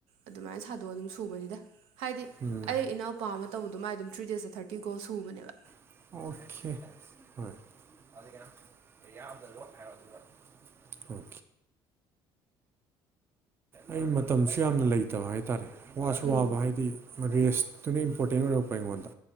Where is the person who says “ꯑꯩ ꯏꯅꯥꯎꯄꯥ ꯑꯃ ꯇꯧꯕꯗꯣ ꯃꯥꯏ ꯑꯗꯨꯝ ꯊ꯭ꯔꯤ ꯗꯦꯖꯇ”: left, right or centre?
Right